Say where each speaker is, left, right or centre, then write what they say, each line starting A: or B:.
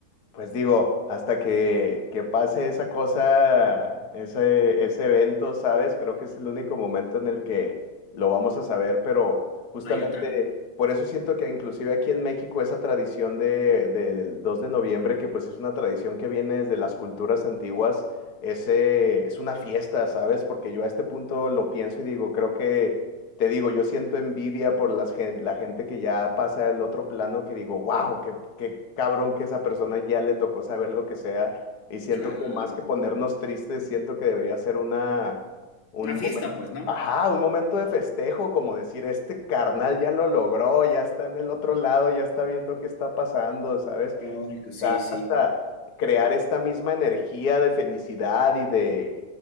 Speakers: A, on the left; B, on the left.
A: Pues digo, hasta que, que pase esa cosa, ese, ese evento, ¿sabes? Creo que es el único momento en el que lo vamos a saber, pero justamente
B: No hay otra.
A: por eso siento que inclusive aquí en México esa tradición de, del 2 de noviembre, que pues es una tradición que viene desde las culturas antiguas, ese, es una fiesta, ¿sabes? Porque yo a este punto lo pienso y digo, creo que te digo, yo siento envidia por las, gen- la gente que ya pasa al otro plano, que digo, wow, qué, qué cabrón que esa persona ya le tocó saber lo que sea. Y siento
B: Claro.
A: que más que ponernos tristes, siento que debería ser una, un
B: Una fiesta,
A: momento,
B: pues, ¿no?
A: ajá, un momento de festejo, como decir, este carnal ya lo logró, ya está en el otro lado, ya está viendo qué está pasando, ¿sabes?
B: Lógico,
A: quizás
B: sí, sí,
A: hasta crear esta misma energía de felicidad y de,